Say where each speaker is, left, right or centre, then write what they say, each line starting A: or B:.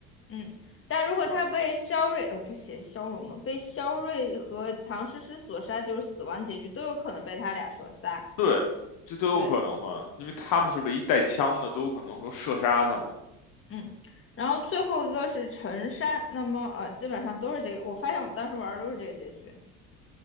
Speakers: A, on the left (about 35°); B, on the left (about 60°).
A: 嗯。但如果他被肖瑞，
B: 对
A: 哦，这写消融了，被肖瑞和唐诗诗所杀，就是死亡结局，都有可能被他俩所杀。
B: 对，这都有可能嘛，
A: 对，
B: 因为他们是唯一带枪的，都有可能说射杀他们，
A: 嗯。然后最后一个是陈山，那么呃，基本上都是这个。我发现我们当时玩儿都是这个结局，